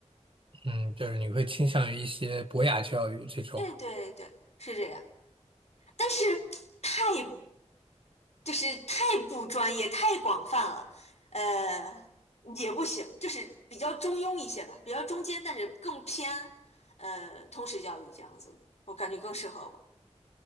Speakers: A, on the right (about 45°); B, on the left (about 65°).
A: 嗯，就是你会倾向于一些博雅教育这种，
B: 对对对，是这样。但是太就是太不专业、太广泛了，呃，也不行，就是比较中庸一些吧，比较中间，但是更偏呃通识教育这样子，我感觉更适合我。